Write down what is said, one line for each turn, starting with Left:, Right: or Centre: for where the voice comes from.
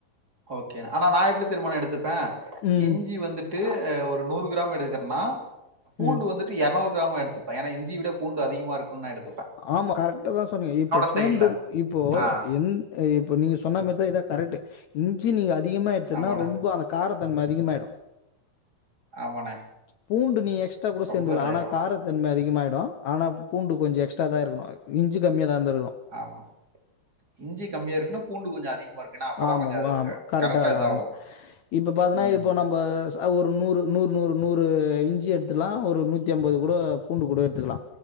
Right: ஓகேண்ணே ஆனா நா எப்டி தெரியுமா எடுத்துப்பேன்
Left: ம்
Right: இஞ்சி வந்துட் டு ஒரு நூறு கிராம் எடுத்துக்றனு ண்ணா பூண்டு
Left: ம்
Right: வந்து இஞ்சி இருநூறு கிராமா எடுத்துப்பே‌ இஞ்சியவிட பூண்டு அதிகமா இருக்கும்னு நா எடுத்
Left: ஆமா கரெக்டா தான் சொன்னீங்க இப்போ பூண்டு
Right: ஸ்டைல்ல.
Left: இப்போ
Right: ஆ
Left: எந் இப்ப நீங்க சொன்ன மாரி தா இதுதா கரெக்ட் இஞ்சி நீங்க அதிகமா எடுத்திர்ன்னா
Right: ஆமாண்ணே,
Left: ரொம்ப அத காரத்தன்ம அதிகமாயிடும்
Right: ஆமாண்ணே
Left: பூண்டு நீ எக்ஸ்ட்டா கூட சேந்துக்கலாம்
Right: ரொம்ப இதாயிரும்.
Left: ஆனா காரத்தன்ம அதிகமாயிடும் ஆனா பூண்டு கொஞ்சோ எக்ஸ்ட் டா தான் இருக்கணு இஞ்சு கம்மிய தான் இருந்துர்க்கணு
Right: ஆமா இஞ்சி கம்மியா ருக்கணு பூண்டு கொஞ்சோ அதிகமாருக்கணு அப்பதா
Left: ஆமா
Right: கொஞ்சோ அது
Left: ஆமா
Right: அ கரெக்டா
Left: இருக்கு
Right: இதாகும்
Left: ஆமா இப்ப பாத்தனா
Right: ம்.
Left: இப்ப நம்ம ஒரு நூறு நூறு நூறு நூறு இஞ்சி எடுத்துக்கலா ஒரு நூத்தி அம்பது கூட பூண்டு கூட எடுத்துக்கலா